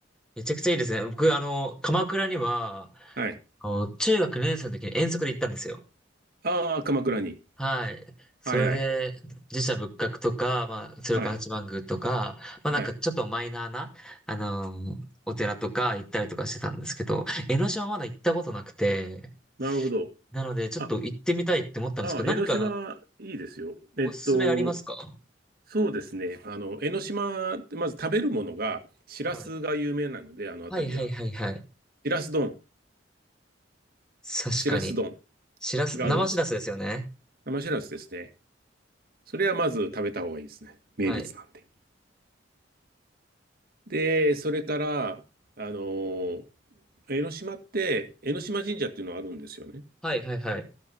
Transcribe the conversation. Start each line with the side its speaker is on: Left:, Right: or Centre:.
Centre: めちゃくちゃいいですね。僕、あの、鎌倉には、
Right: はい。
Centre: あの中学2年生の時に遠足で行ったんですよ。
Right: ああ、鎌倉に。
Centre: はい。それで、
Right: はいはい。
Centre: 自社仏閣とか、まあ、鶴岡八幡宮とか、
Right: はい。
Centre: まあなんかちょっとマイナーな、
Right: はい。
Centre: あのーお寺とか行ったりとかしてたんですけど、江ノ島まだ行ったことなくて、
Right: なるほど。
Centre: なのでちょっと行ってみたいって思ったんですけど、
Right: あ、ああ、
Centre: 何か
Right: 江ノ島いいですよ。えっと、
Centre: おすすめありますか
Right: そうですね。あの、江ノ島ってまず食べるものが、しらすが有名なので、
Centre: はい。
Right: あの辺りが。
Centre: はいはいはいはい。
Right: しらす丼、
Centre: 確かに。
Right: しらす丼
Centre: しらす、
Right: があるんですよ。
Centre: 生しらすですよね。
Right: 生しらすですね。それはまず食べた方がいいですね。名物なんで。
Centre: はい。
Right: で、それから、あの、江ノ島って、江ノ島神社っていうのがあるんですよね。
Centre: はいはいはい。